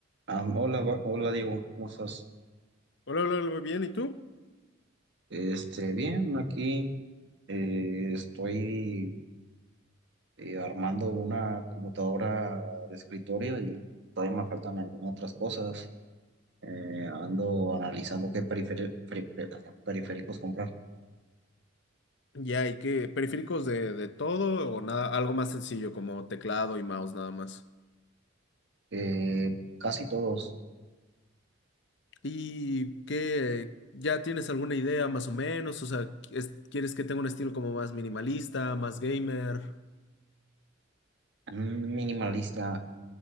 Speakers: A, on the right; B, on the left.
A: Am, hola, Ba- hola Diego, ¿cómo estás?
B: Hola, hola, hola, muy bien. ¿Y tú?
A: Este, bien, aquí eh, estoy eh, armando una computadora de escritorio y todavía me faltan algunas otras cosas. Eh, ando analizando qué periferi- peri- peri- periféricos comprar.
B: Ya, ¿y qué? ¿Periféricos de, de todo o nada? Algo más sencillo como teclado y mouse nada más.
A: Eh, casi todos,
B: ¿Y qué? ¿Ya tienes alguna idea más o menos? O sea, es- ¿quieres que tenga un estilo como más minimalista, más gamer?
A: mm, minimalista.